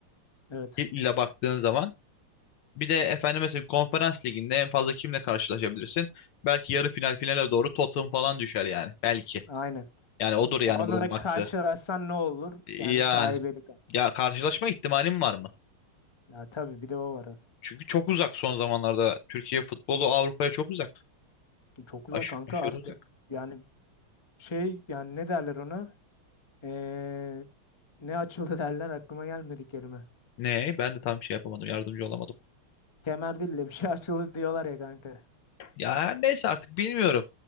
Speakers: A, on the left; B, on the left.
A: Evet.
B: ile baktığın zaman. Bir de efendim mesela konferans liginde en fazla kimle karşılaşabilirsin? Belki yarı final finale doğru Tottenham falan düşer yani. Belki.
A: Aynen.
B: Yani odur yani
A: Ya ona
B: bunun
A: da
B: maksı.
A: karşılaşsan ne olur?
B: Yani
A: Yani şaibelik.
B: ya karşılaşma ihtimalim var mı?
A: Ya tabii bir de o var.
B: Çünkü çok uzak son zamanlarda. Türkiye futbolu Avrupa'ya çok uzak.
A: Çok uzak
B: Aş
A: kanka
B: aşırı
A: artık
B: uzak.
A: yani şey yani ne derler ona? Ee, ne açıldı <laughs> derler aklıma gelmedi kelime.
B: Ne? Ben de tam şey yapamadım. Yardımcı olamadım.
A: Kemer değil de bir şey <laughs> açıldı diyorlar ya kanka.
B: Ya her neyse artık bilmiyorum.